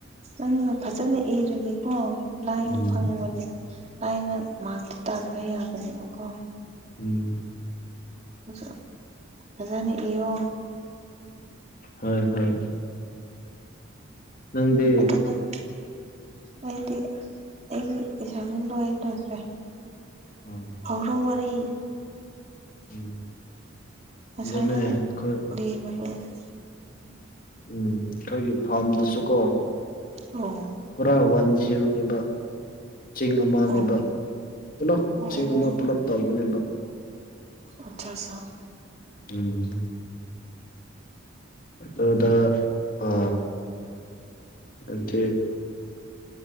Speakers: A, on the right (about 35°); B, on the left (about 45°).
A: ꯅꯪꯅ ꯐꯖꯅ ꯏꯔꯒꯦꯀꯣ ꯂꯥꯏꯅ
B: ꯎꯝ
A: ꯐꯪꯕꯅꯦ ꯂꯥꯏꯅ ꯃꯥꯛꯇꯤ ꯇꯥꯟꯕ ꯌꯥꯒꯅꯦꯕꯀꯣ
B: ꯎꯝ
A: ꯑꯣ ꯐꯖꯥꯅ ꯏꯌꯣ
B: ꯍꯣꯏ ꯍꯣꯏ ꯅꯪꯗꯤ
A: ꯑꯗꯨ ꯅꯪ ꯑꯩꯗꯤ ꯑꯩꯒꯤ ꯑꯦꯁꯥꯏꯟꯃꯦꯟꯠ ꯂꯣꯏ ꯂꯣꯏꯈ꯭ꯔꯦ
B: ꯎꯝ
A: ꯍꯧꯔꯣ ꯋꯥꯔꯤ
B: ꯎꯝ
A: ꯉꯁꯥꯏ
B: ꯑꯗꯨꯅꯦ
A: ꯅꯪ
B: ꯑꯩꯈꯣꯏ
A: <unintelligible>
B: ꯎꯝ ꯑꯩꯈꯣꯏꯒꯤ ꯐꯥꯔꯝꯗꯁꯨ ꯀꯣ
A: ꯑꯣꯝ
B: ꯄꯨꯔꯥ ꯋꯥꯟ ꯁꯤꯕꯅꯤꯕ ꯆꯤꯡ ꯑꯃꯅꯦꯕ
A: ꯑꯣ
B: ꯄꯨꯂꯞ
A: ꯑꯣ
B: ꯆꯤꯡ ꯑꯃ ꯄꯨꯂꯞ ꯇꯧꯕꯅꯦꯕ
A: ꯑꯆꯥ ꯑꯆꯥ
B: ꯎꯝ ꯑꯗꯨꯗ ꯑ ꯑꯗꯤ <unintelligible>